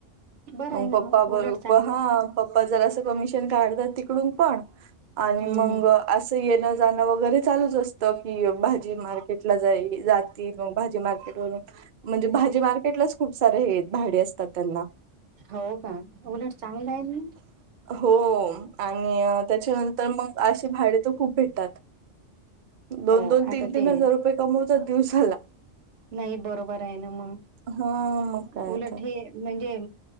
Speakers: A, on the right; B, on the right.
A: बरं
B: मग
A: आहे ना
B: पापा बरोबर
A: उलट चांगलं
B: ह्.
A: आहे.
B: पप्पा जरास असं कमिशन काढतात तिकडून पण आणि
A: हम्म
B: मग
A: हम्म
B: असं येणं जाणं वगैरे, चालूच असतं की, भाजी मार्केटला जाई जात. भाजी मार्केट वरून म्हणजे, भाजी मार्केटलाच, खूप सारे हे भाडे असतात त्यांना.
A: हो का उलट चांगलं आहे.
B: हो आणि त्याच्यानंतर मग असशी भाडे त खूप भेटतात. दोन
A: हो
B: दोन
A: आता
B: तीन तीन
A: ते
B: हजार रुपये कमवता दिवस झाला.
A: नाही बरोबर आहे ना मग
B: हा मग काळच
A: उलट हे म्हणजे